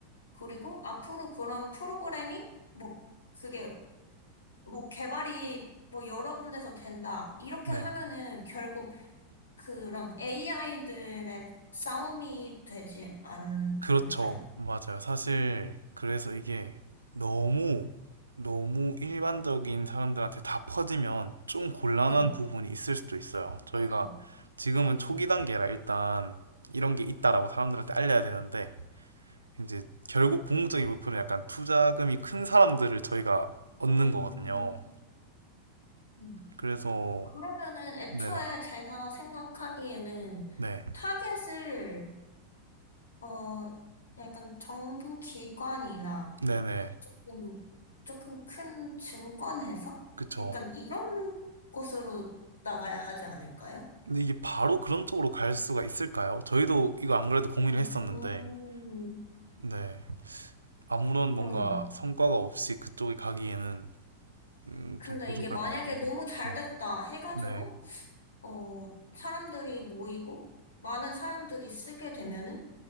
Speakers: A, on the left (about 70°); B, on the right (about 75°).
A: 그리고 앞으로 그런 프로그램이 뭐 그게 뭐 개발이 뭐 여러 군데서 된다. 이렇게
B: 네.
A: 하면은 결국 그런 AI들의 싸움이 되지 않을까요?
B: 그렇죠. 맞아요. 사실 그래서 이게 너무 너무 일반적인 사람들한테 다 퍼지면 좀 곤란한
A: 네,
B: 부분이 있을 수도 있어요. 저희가
A: 그렇죠.
B: 지금은 초기 단계라 일단 이런 게 있다라고 사람들한테 알려야 되는데 이제 결국 궁극적인 목표는 약간 투자금이 큰 사람들을 저희가 얻는
A: 음,
B: 거거든요.
A: 음.
B: 그래서
A: 그러면은 애초에
B: 네네.
A: 제가 생각하기에는
B: 네.
A: 타겟을 어 약간 정부 기관이나
B: 네네.
A: 뭐, 조금 큰 증권회사?
B: 그쵸.
A: 약간 이런 곳으로 나가야 하지 않을까요?
B: 근데 이게 바로 그런 쪽으로 갈 수가 있을까요? 저희도 이거 안 그래도 고민을
A: 음,
B: 했었는데 네. 아무런
A: 그러네요.
B: 뭔가 성과가 없이 그쪽에 가기에는 음,
A: 근데
B: 좀 부족할
A: 이게 만약에
B: 것 같아서.
A: 너무 잘
B: 네.
A: 됐다 해가지고,
B: 네.
A: 어, 사람들이 모이고, 많은 사람들이 쓰게 되면은,